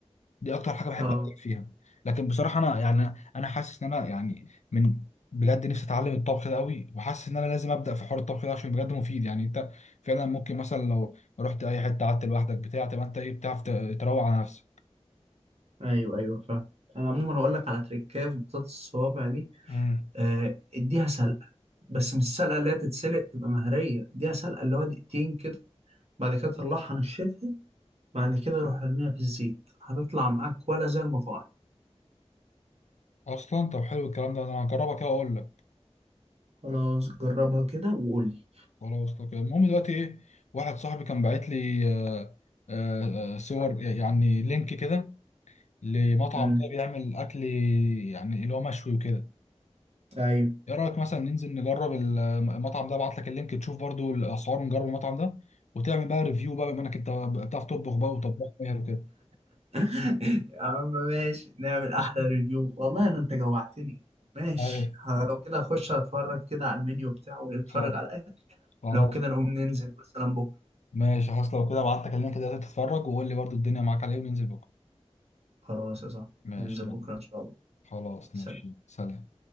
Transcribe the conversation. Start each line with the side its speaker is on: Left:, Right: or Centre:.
Left: دي اكتر حاجه بحب
Right: اه
Left: ابدع فيها لكن بصراحه انا يعني انا حاسس ان انا يعني من بجد نفسي اتعلم الطبخ ده قوي وحاسس ان انا لازم ابدا في حوار الطبخ ده عشان بجد مفيد يعني انت فعلا ممكن مثلا لو رحت اي حته قعدت لوحدك بتاع تبقى انت ايه بتعرف ت- تروق على نفسك
Right: ايوه ايوه فاهم انا عموما هقول لك على تريكايه في بطاطس الصوابع دي
Left: امم
Right: آه اديها سلقه بس مش السلقه اللي هي تتسلق تبقى مهريه اديها سلقه اللي هو دقيقتين كده بعد كده تطلعها نشفها بعد كده روح ارميها في الزيت هتطلع معاك ولا زي المطاعم
Left: اصلا طب حلو الكلام ده انا هجربها كده واقول لك
Right: خلاص جربها كده وقول لي
Left: خلاص لو كده المهم دلوقتي ايه واحد صاحبي كان باعت لي آه، آه، آه، صور يعني لينك كده لمطعم
Right: امم
Left: كده بيعمل اكل يعني اللي هو مشوي وكده
Right: ايوه
Left: ايه رايك مثلا ننزل نجرب المطعم ده ابعت لك اللينك تشوف برضو الاسعار ونجرب المطعم ده وتعمل بقى ريفيو بقى بما انك انت بتعرف تطبخ بقى وطباخ ماهر وكده
Right: <laughs> يا عم ماشي نعمل احلى
Left: ماشي.
Right: ريفيو والله انا انت جوعتني ماشي
Left: ايوه
Right: ه- لو كده اخش اتفرج كده على المنيو بتاعه واتفرج
Left: خلاص
Right: على الاكل
Left: خلاص.
Right: لو كده نقوم ننزل مثلا بكره
Left: ماشي خلاص لو كده ابعت لك اللينك ده تتفرج وقول لي برضو الدنيا معاك على ايه وننزل بكره
Right: خلاص يا صاحبي
Left: ماشي
Right: ننزل بكره
Left: يلا
Right: ان شاء الله
Left: خلاص
Right: سلام
Left: ماشي سلام